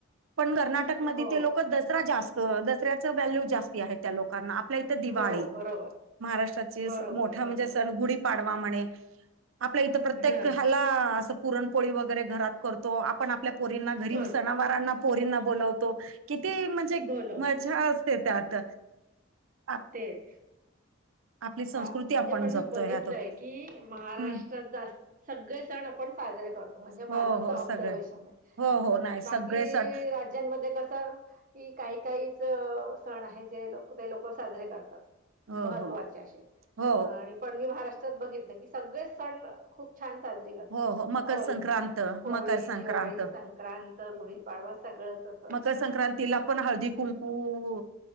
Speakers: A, on the right (about 70°); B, on the right (about 40°).
A: पण कर्नाटकमध्ये
B: हो
A: ते लोक दसरा जास् दसऱ्याच व्हॅल्यू जास्त आहे, त्या लोकांना आपल्या तर, दिवाळी
B: हो बरोबर
A: महाराष्ट्राची
B: बरोबर
A: मोठा
B: बरोबर
A: म्हणजे सण म्हणजे गुढी पाडवा म्हणे. आपल्या इथं, प्रत्येक
B: हा
A: ह्याला असं पुरणपोळी वगैरे घरात करतो आपण आपल्या पोरींना घरी
B: करतो
A: सणावारांना पोरींना बोलवतो किती म्हणजे चीक
B: बोलवतो
A: मजा असते त्यात. आप
B: तेळ
A: आपली संस्कृती
B: म्हणजे,
A: आपण
B: पण
A: जपतो
B: मी बघितलंय
A: ह्यात
B: की महाराष्ट्रात
A: हम्म
B: जास्त सगळे सण आपण साजरे करतो. म्हणजे, माझं
A: हो
B: असं
A: हो
B: ऑब्झर्वेशन
A: सगळे
B: आहे
A: हो हो नाही सगळे
B: बाकी
A: सण
B: राज्यांमध्ये कसं? कि काही काहीचा सण आहे जे लोकं ते लोकं साजरे करतात.
A: हो.
B: महत्त्वाचे
A: हो.
B: आणि
A: हो
B: पण मी महाराष्ट्रात बघितलं की, सगळे सण खूप छान साजरी करतात
A: हो हो मकर
B: ऑल
A: संक्रांत
B: म्हणजे होळी,
A: मकर संक्रांत
B: दिवाळी, संक सक्रांत, गुढीपाडवा सगळंच असं
A: मकर संक्रांतीला पण हळदी कुंकू